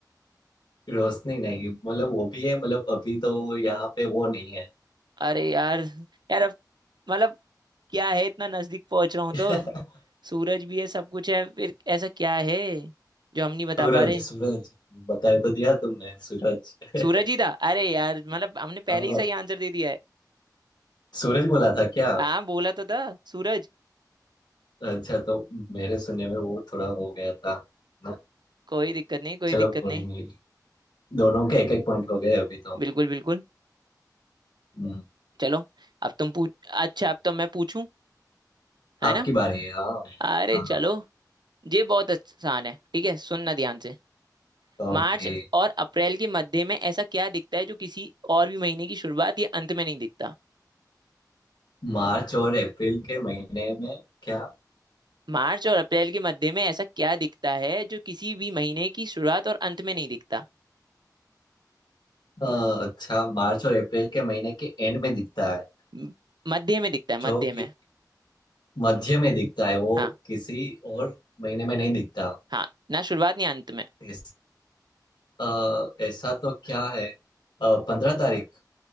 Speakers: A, on the left; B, on the right.
A: रोशनी नहीं मतलब वो भी है मतलब अभी तो यहाँ पे वो नहीं है
B: अरे यार यार अब मतलब क्या है इतना नजदीक पहुंच रहा हूं
A: <laughs>
B: तो सूरज भी है सब कुछ है फिर ऐसा क्या है जो हम नहीं बता
A: सूरज
B: पा रहे
A: सूरज बताया तो दिया तुमने सूरज <laughs>
B: सूरज ही था अरे यार मतलब हमने
A: हाँ
B: पहले ही सही आंसर दे दिया है
A: सूरज बोला था क्या
B: हाँ बोला तो था सूरज
A: अच्छा तो मेरे सुनने में वो थोड़ा हो गया था ना
B: कोई दिक्कत नहीं कोई
A: चलो
B: दिक्कत
A: कोई
B: नहीं
A: नहीं दोनों के एक एक पॉइंट हो गए अभी तो
B: बिल्कुल बिल्कुल
A: हम्म,
B: चलो अब तुम पूछ अच्छा अब तो मैं पूछूं है
A: आपकी
B: ना
A: बारी है हाँ
B: अरे
A: हाँ
B: चलो ये बहुत आसान है ठीक है सुनना ध्यान से
A: हाँ ओके
B: मार्च और अप्रैल के मध्य में ऐसा क्या दिखता है जो किसी और भी महीने की शुरुआत या अंत में नहीं दिखता
A: मार्च और अप्रैल के महीने में क्या
B: मार्च और अप्रैल के मध्य में ऐसा क्या दिखता है जो किसी भी महीने की शुरुआत और अंत में नहीं दिखता
A: अ, अच्छा मार्च और अप्रैल के महीने के एंड में दिखता है
B: म- मध्य में दिखता है मध्य
A: जो
B: में
A: कि मध्य में दिखता है वो
B: हाँ
A: किसी और महीने में नहीं दिखता
B: हाँ ना शुरुआत ना अंत में
A: इस, अ, ऐसा तो क्या है पंद्रह तारीख